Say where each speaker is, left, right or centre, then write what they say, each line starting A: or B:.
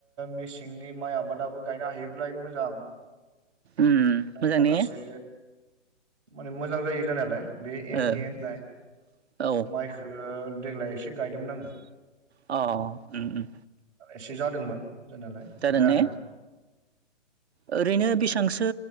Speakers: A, on the right; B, on the right.
A: मेसेंनि माइ आबादाबो। गायनो हायोब्लाय मोजां।
B: उम मोजां
A: माखासे
B: ने।
A: माने मोजां जायो जानायालाय बे एनके
B: ओ
A: होननाय
B: औ
A: माइखो। ओ देग्लाय एसे गायदोंमोन आङो
B: अ उम उम
A: एसे जा दोंमोन जानाालाय
B: जादों
A: जाया
B: ने
A: नङा।
B: ओरैनो बेसांसो।